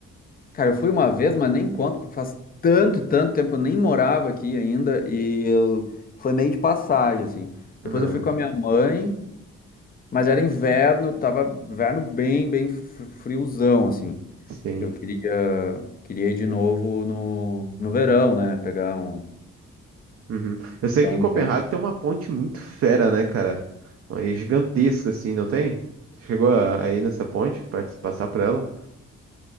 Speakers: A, on the left; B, on the right.
A: Cara, eu fui uma vez, mas nem conto, porque faz tanto, tanto tempo, eu nem morava aqui ainda, e eu foi meio de passagem, assim. Depois
B: Ah,
A: eu fui com a minha mãe, mas era inverno, tava inverno bem, bem fr- friozão, assim.
B: sim.
A: Eu queria, queria ir de novo no, no verão, né? Pegar um,
B: Uhum. Eu sei
A: pegar
B: que
A: um
B: em Copenhague
A: tempo.
B: tem uma ponte muito fera, né, cara? Aí gigantesca, assim, não tem? Tu Chegou a- aí nessa ponte, pra passar por ela?